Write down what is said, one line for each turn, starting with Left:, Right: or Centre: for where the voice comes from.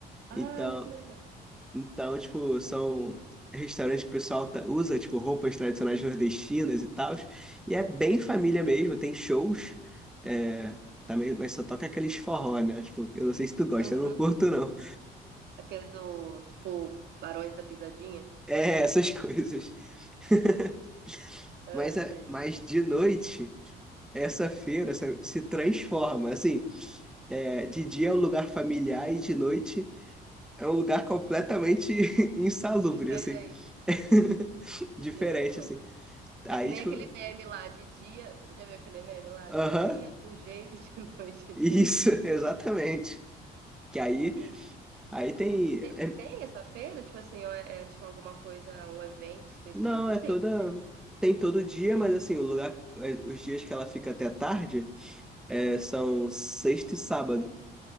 Right: Ai,
Centre: Então,
Right: que legal.
Centre: Então, tipo, são restaurantes que o pessoal ta- usa, tipo, roupas tradicionais nordestinas e tal. E é bem família mesmo, tem shows. É, também, mas só toca aqueles forró, né? Tipo, eu não sei se tu gosta,
Right: Uhum.
Centre: eu não curto, não.
Right: Aqueles do, tipo, Barões da Pisadinha.
Centre: É, essas coisas. <laughs>
Right: Ah,
Centre: Mas, é-
Right: sei.
Centre: mas de noite, essa feira sabe, se transforma. Assim, é, de dia é um lugar familiar e de noite é um lugar completamente <laughs> insalubre,
Right: Diferente.
Centre: assim. <laughs> Diferente,
Right: Hum.
Centre: assim. Aí,
Right: É que nem
Centre: tipo.
Right: aquele meme lá de dia. Já viu aquele meme lá?
Centre: Aham,
Right: De dia de um jeito, de <laughs> noite
Centre: isso,
Right: de outro.
Centre: <laughs> exatamente. Que aí,
Right: E
Centre: aí tem, é-
Right: sempre tem essa feira? Tipo assim, ou é, é, tipo alguma coisa, um evento específico,
Centre: não, é
Right: ou sempre
Centre: toda,
Right: tem?
Centre: tem todo dia, mas assim, o lugar, é, os dias que ela fica até tarde é,
Right: Hum.
Centre: são sexta e sábado.